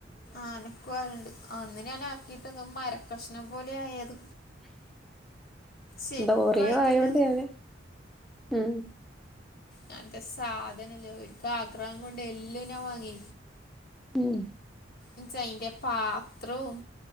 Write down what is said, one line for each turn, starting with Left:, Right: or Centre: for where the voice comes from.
Left: അനക്കുആവല്ണ്ട് അന്ന് ഞാനാക്കീട്ട് മരക്കഷ്ണം പോലെയായത് ശരിക്കും
Centre: എന്തോറിയോ
Left: ആയിട്ടില്ല
Centre: ആയോണ്ട്
Left: അത്
Centre: ഞാന് ഉ
Left: നല്ല സാധനല്ലേ ഒക്ക് ആഗ്രഹം കൊണ്ട് എല്ലാം ഞാൻ വാങ്ങീ
Centre: മ്മ്ഹ്.
Left: ഇജ്ജ് അയ്ന്റെ പാത്രവും